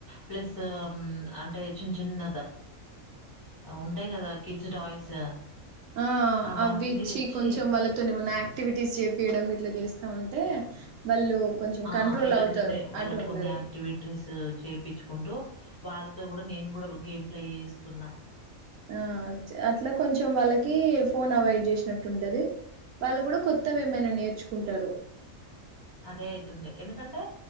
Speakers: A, on the left; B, on the right.
A: ప్లస్ అంటే చిన్న చిన్న ఉంటాయి కదా కిడ్స్ టాయ్స్
B: ఆ
A: అవన్నీ
B: అవి ఇచ్చి
A: దెచ్చి
B: కొంచెం వళతోనేమోనా యాక్టివిటీస్ చేపియడం ఇట్లా చేస్తా ఉంటే వాళ్ళు కొంచెం
A: ఆ
B: కంట్రోల్
A: ఇక
B: అవుతారు
A: అట్లనే వాళ్ళ
B: అటు ఉండదు
A: కొన్ని యాక్టివిటీస్ చేయిచ్చు కుంటూ వాళ్ళతో కూడా నేను కూడా గేమ్ ప్లే చేస్తున్నా
B: ఆ అట్లా కొంచెం వాళ్ళకి ఫోన్ అవాయిడ్ చేసినట్టు ఉంటది వాళ్ళు కూడా కొత్తవి ఏమైనా నేర్చుకుంటారు
A: అదేయిటింది ఎందుకంటే